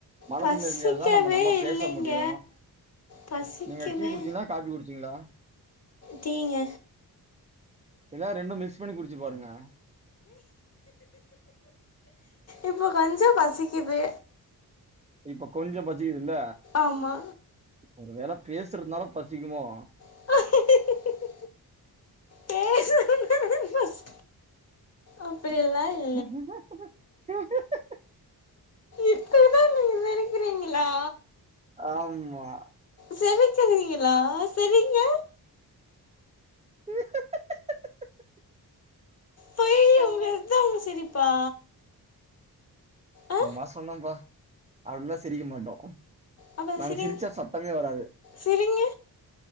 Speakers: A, on the right; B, on the left.
A: மனசு
B: பசிக்கவே
A: நெறைஞ்சா தா நம்ம நல்லா பேச
B: இல்லைங்க
A: முடியு
B: பசிக்கவே
A: நீங்க டீ குடிச்சி தா காப்பி குடுச்சீங்ளா?
B: டீ ங்க
A: இல்லனா ரெண்டு மிக்ஸ் பண்ணி குடுச்சு பாருங்க.
B: இப்போ கொஞ்சோ பசிக்குது.
A: இப்ப கொஞ்சோ பசிக்குதுல்ல
B: ஆமா.
A: ஒருவேள பேசுறதுனால பசிக்குமோ
B: <unintelligible> பேசுறதுனால பசி அப்டியல்லா இல்
A: <unintelligible>
B: இப்பதா நீங்க நெனைக்கிறீங்களா
A: ஆமா
B: சிரிச்சறிங்களா சிரிங்க.
A: <unintelligible>
B: போய்
A: ஹலோ
B: உங்க இதுதா உங்க சிரிப்பா ஆ
A: சும்மா சொன்னோம்ப்பா. அப்டிலா சிரிக்க மாட்டோ
B: அப்ப
A: நாங்க
B: சிரிங்க
A: சிரிச்சா சத்தமே வராது
B: சிரிங்க